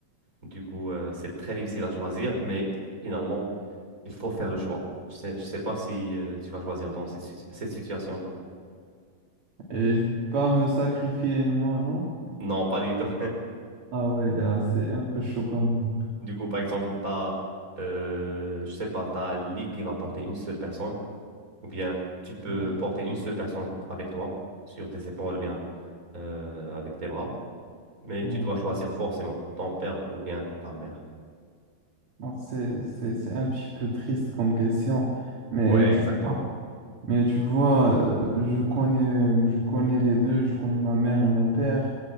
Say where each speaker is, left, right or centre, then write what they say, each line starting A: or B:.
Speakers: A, on the right; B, on the right.
A: Du coup, euh, c'est très difficile à choisir, mais finalement, il faut faire le choix. Je sais, je sais pas si euh, tu vas choisir dans cette, situ- cette situation-là.
B: Et je ne peux pas me sacrifier, moi, non?
A: Non, pas du tout.
B: Ah ouais,
A: <laughs>
B: là, c'est un peu chaud comme.
A: Du coup, par exemple, t'as, euh, je sais pas, t'as un lit qui va porter une seule personne, ou bien tu peux
B: Ouais,
A: porter une seule personne avec toi sur tes épaules, ou bien euh, avec tes bras. mais
B: ouais.
A: tu dois choisir forcément ton père ou bien ta mère.
B: Alors, c'est, c'est, c'est un petit peu triste comme question, mais
A: Ouais,
B: tu
A: exactement.
B: Mais tu vois, euh, je connais, je connais les deux, je connais ma mère et mon père.